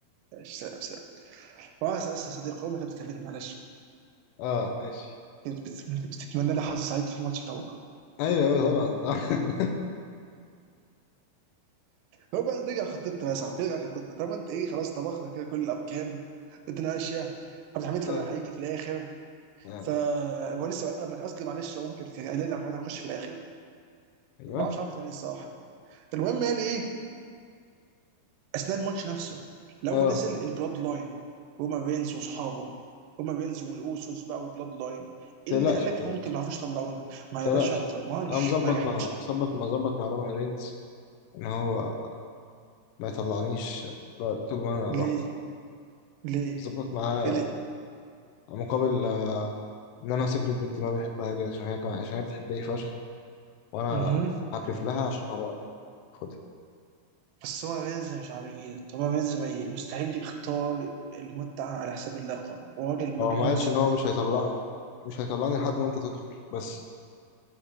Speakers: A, on the right (about 85°); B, on the left (about 85°).
A: ماشي سلام سلام بس بس يا صديقي امي كانت بتكلمني معلش
B: اه ماشي
A: كانت بت- كانت بتتمنى لي حظ سعيد في الماتش بتاع بكره
B: ايوه ايوه طبعا طبعا. <laughs>
A: هو بس نرجع لخطتنا يا صاحبي نرجع لخطتنا طب انت ايه خلاص طبخنا كده كل الاركان الدنيا ماشيه عبد الحميد فعلا
B: اه
A: هيجي في الاخر
B: آه.
A: ف هو لسه آه، ما- قصدي معلش امي كانت قايله لي عبد الحميد هيخش في الاخر
B: ايوه
A: ما اعرفش عرفت منين الصراحه المهم يعني ايه اثناء الماتش نفسه لو
B: اه ما
A: نزل البلاد لاين روما رينز واصحابه روما رينز والاوسوس بقى والبلاد لاين
B: تقلقش
A: إيه اللي قال لك
B: ما تقلقش
A: انه ممكن ما يعرفوش يطلعونا
B: ما
A: ما يا باشا
B: تقلقش
A: ما تضمنش
B: انا مظبط
A: ما احنا
B: مع
A: مش
B: مظبط مظبط مع رومان رينز ان هو ما يطلعنيش طول ما انا لوحدي
A: ليه ليه
B: مظبط معاه
A: إيه ليه
B: مقابل آه، ان انا هسيب له البنت اللي هو بيحبها دي عشان هي كمان عشان هي بتحبني فشخ وانا
A: مهم.
B: هكرف لها عشان هو ياخدها
A: بس هو رينز مش عبيط هو رينز ما ي- مستحيل يختار المتعة على حساب اللقب هو راجل مجنون
B: هو ما قالش
A: سلطة
B: ان هو مش هيطلعني مش هيطلعني لحد ما انت تدخل بس